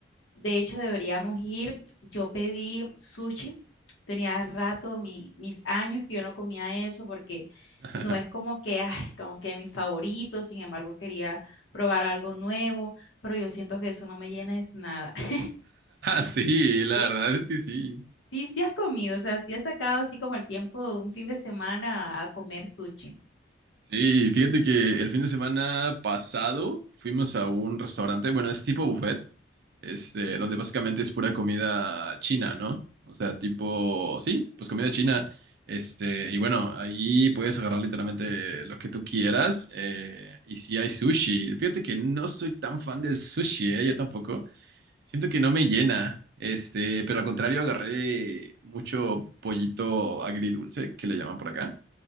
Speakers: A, on the left; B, on the right.
A: De hecho, deberíamos ir. Yo pedí sushi. Tenía rato, mi- mis años que yo no comía eso porque
B: <laughs>
A: no es como que, ay, como que mi favorito. Sin embargo, quería probar algo nuevo, pero yo siento que eso no me llena es nada. <laughs>
B: Sí, la
A: Es-
B: verdad es que sí.
A: sí, sí has comido, o sea, sí has sacado así como el tiempo de un fin de semana a comer sushi.
B: Sí, fíjate que el fin de semana pasado fuimos a un restaurante, bueno, es tipo buffet, este, donde básicamente es pura comida china, ¿no? O sea, tipo, sí, pues comida china, este, y bueno, ahí puedes agarrar literalmente lo que tú quieras, eh, y si hay sushi, fíjate que no soy tan fan del sushi, ¿eh? Yo tampoco, siento que no me llena, este, pero al contrario agarré mucho pollito agridulce, que le llaman por acá.